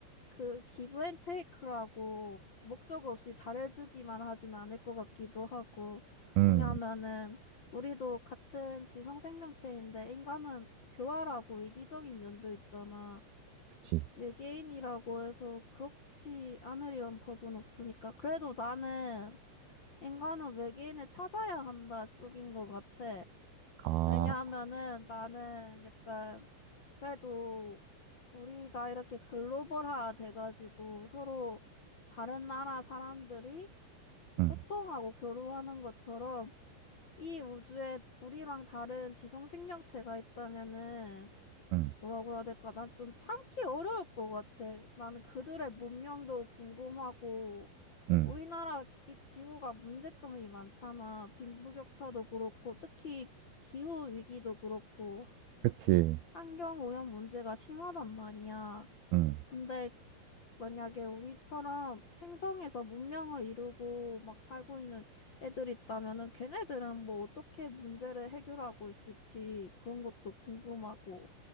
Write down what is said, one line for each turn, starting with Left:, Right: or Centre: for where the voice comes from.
Left: 그 기브 앤 테이크라고 목적 없이 잘해주기만 하진 않을 것 같기도 하고.
Right: 음,
Left: 왜냐하면은 우리도 같은 지성 생명체인데 인간은 교활하고 이기적인 면도 있잖아.
Right: 그치.
Left: 외계인이라고 해서 그렇지 않으리란 법은 없으니까. 그래도 나는 인간은 외계인을 찾아야 한다 쪽인 것 같아.
Right: 아,
Left: 왜냐하면은 나는 약간 그래도 우리가 이렇게 글로벌화 돼가지고 서로 다른 나라 사람들이
Right: 응,
Left: 소통하고 교류하는 것처럼 이 우주에 우리랑 다른 지성 생명체가 있다면은
Right: 응,
Left: 뭐라고 해야 될까? 난 좀 참기 어려울 것 같아. 나는 그들의 문명도 궁금하고,
Right: 응.
Left: 우리나라 이 지구가 문제점이 많잖아. 빈부격차도 그렇고, 특히 기후 위기도 그렇고,
Right: 그치,
Left: 환경 오염 문제가 심하단 말이야.
Right: 응.
Left: 근데 만약에 우리처럼 행성에서 문명을 이루고 막 살고 있는 애들 있다면은 걔네들은 뭐 어떻게 문제를 해결하고 있을지 그런 것도 궁금하고.